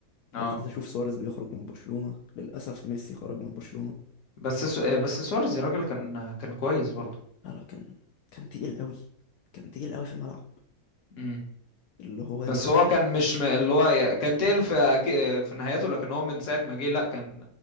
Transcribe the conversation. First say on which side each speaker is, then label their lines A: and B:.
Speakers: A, on the left; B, on the left.
A: اه
B: لو ابتديت اشوف سواريز بيخرج من برشلونة للاسف ميسي خرج من برشلونة
A: بس سو... بس سواريز يا راجل كان كان كويس برضه
B: لا لا كان كان تقيل قوي كان تقيل قوي في الملعب
A: امم.
B: اللي هو
A: بس
B: تجيله
A: هو كان مش م... اللي هو ي- كان تقل في أك- في نهايته لكن هو من ساعة ما جه لا كان